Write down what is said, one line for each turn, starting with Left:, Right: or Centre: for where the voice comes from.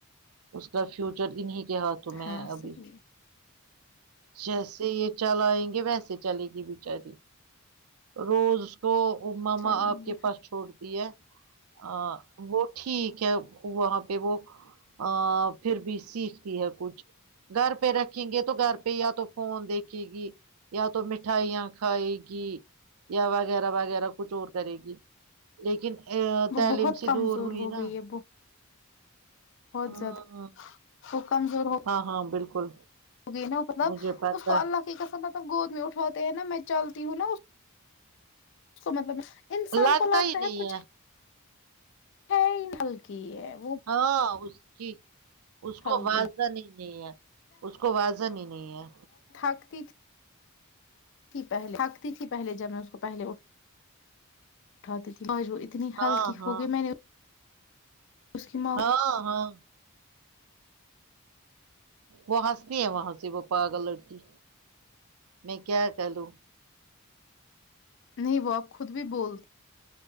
Right: اس کا فیوچر انیں کے ہاتھوں میں
Left: ہاں
Right: ہے ابھی
Left: صحیح ہے
Right: جیسے یہ چلائئیں گے ویسے چلے گی بیچاری روز اس کو ماما
Left: چلیں
Right: آپ
Left: گے
Right: کے پاس چھوڑتی ہے ا وہ ٹھیک ہے وہاں پہ وہ ا پھر بھی سیکھتی ہے کچھ گھر پہ رکھیں گے تو گھر پہ یا تو فون دیکھے گی یا تو مٹھائیاں کھائے گی یا وغیرہ وغیرہ کچھ اور کرے گی لیکن
Left: وہ
Right: تعلیم
Left: بہت
Right: سے
Left: کمزور
Right: دور ہوئی
Left: ہو
Right: نا
Left: گئی ہے بہت
Right: ہاں
Left: زیادہ وہ کمزور ہو
Right: ہاں ہاں بالکل
Left: ہو گئے نا مطلب
Right: مجھے پتا
Left: اس کو اللہ کی قسم ب گود میں اٹھاتے ہیں نا میں چلتی ہوں نا اس کو مطلب انسان
Right: ہے،
Left: کو لگتا
Right: ہی نہیں
Left: ہے کچھ <unintelligible>
Right: ہاں اسکی اس
Left: ہلکی
Right: کو واضح نہیں نہیں ہے اس کو واضح نہیں نہیں ہے
Left: سکتی پہلے تھھکتی تھی پہلے جب میں اس کو پہلے اٹھاتی تھی اتنی
Right: ہاں
Left: ہلکی
Right: ہاں
Left: ہو گئی میں نے اس کی ماں
Right: ہاں ہاں وہ ہنستی ہے وہاں سے وہ پاگل لڑکی میں کیا کروں
Left: نہیں وہ اب خود بھی بول